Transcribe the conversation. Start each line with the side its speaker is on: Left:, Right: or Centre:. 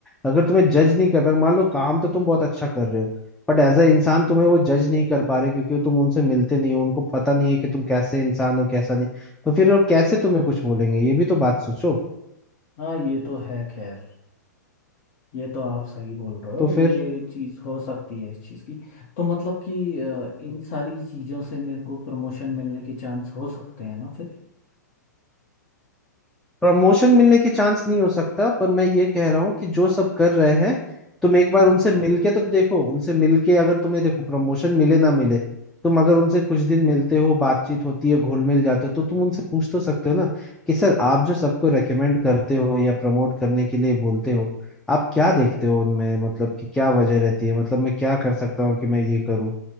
Centre: अगर तुम्हें जज नहीं कर पाए मान लो काम तो तुम बहुत अच्छा कर रहे हो बट एज अ इंसान तुम्हें वो जज नहीं कर पा रहे क्योंकि वो तुम उनसे मिलते नहीं हो उनको पता नहीं है कि तुम कैसे इंसान हो कैसा नहीं तो फिर वो कैसे तुम्हें कुछ बोलेंगे ये भी तो बात सोचो
Left: हाँ ये तो है खैर ये तो आप सही बोल रहे हो
Centre: तो फिर
Left: ये चीज हो सकती है इस चीज की तो मतलब कि अ, इन सारी चीजों से मेरे को प्रमोशन मिलने के चांस हो सकते हैं ना फिर
Centre: प्रमोशन मिलने के चांस नहीं हो सकता पर मैं ये कह रहा हूँ कि जो सब कर रहे हैं तुम एक बार उनसे मिलके तो देखो उनसे मिलके अगर तुम्हें देखो प्रमोशन मिले ना मिले तुम अगर उनसे कुछ दिन मिलते हो बातचीत होती है घुल मिल जाते हो तो तुम उनसे पूछ तो सकते हो ना कि सर आप जो सबको रेकमेंड करते हो या प्रमोट करने के लिए बोलते हो आप क्या देखते हो उनमें मतलब कि क्या वजह रहती है मतलब मैं क्या कर सकता हूँ कि मैं ये करूँ